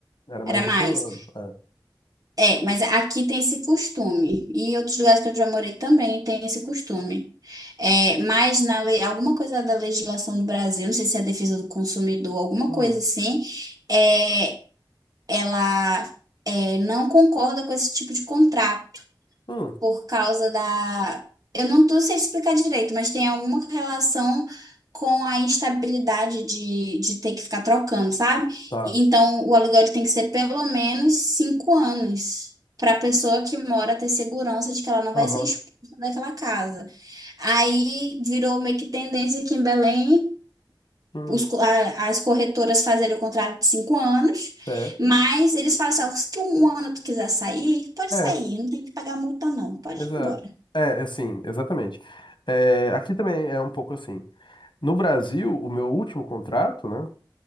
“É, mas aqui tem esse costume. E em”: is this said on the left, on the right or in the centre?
Right